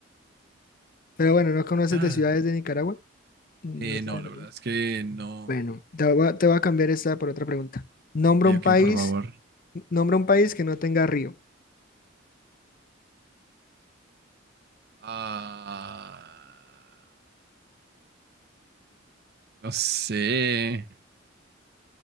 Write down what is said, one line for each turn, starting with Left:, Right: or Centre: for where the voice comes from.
Left: Pero
Right: En-
Left: bueno, ¿no conoces
Right: Ah,
Left: de ciudades de Nicaragua? No
Right: eh,
Left: sabes
Right: no, la
Left: de
Right: verdad
Left: dónde.
Right: es que no.
Left: Bueno, te voy a, te voy a cambiar esta por otra pregunta. Nombra
Right: Ok,
Left: un
Right: ok,
Left: país,
Right: por favor.
Left: nombra un país que no tenga río,
Right: Ah, no sé.